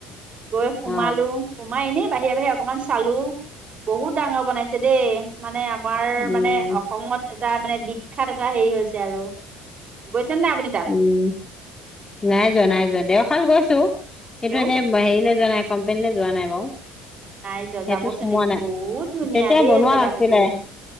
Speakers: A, on the right; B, on the left.
A: গৈ সোমালো,
B: অ
A: সোমাই এনেই বাহিৰে বাহিৰে অকমান চালো, বহুত ডাঙৰ বনাইছে দেই, মানে আ <unintelligible>
B: উম
A: মানে অসমত এটা মানে বিখ্যাত এটা হেই হৈছে আৰু। গৈছে নাই আপুনি তাত
B: উম, নাই যোৱা, নাই যোৱা। দেওশাল গৈছো।
A: হেল্ল'
B: কিন্তু এনে হেইলে যোৱা নাই কম্পেনীলে যোৱা নাই বাওঁ।
A: নাই যোৱা
B: সেটোত
A: যাবচোন
B: সোমোৱা
A: এদিন
B: নাই।
A: বহুত ধুনীয়া
B: তেতিয়া
A: দেই
B: বনোৱা
A: জেগাটুকু
B: নাছিলে,